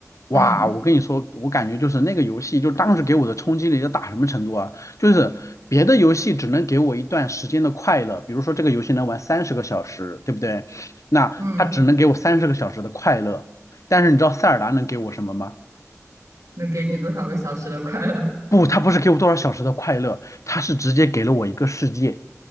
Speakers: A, on the left (about 70°); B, on the right (about 70°).
A: 哇，
B: 嗯
A: 我跟你说，我感觉就是那个游戏，就当时给我的冲击力要大什么程度啊？就是别的游戏只能给我一段时间的快乐，比如说这个游戏能玩三十个小时，对不对？那它只能给我三十个小时的快乐，
B: 嗯，
A: 但是你知道塞尔达能给我什么吗？
B: 能给你多少个小时的快乐？
A: 不，它不是给我多少小时的快乐，它是直接给了我一个世界。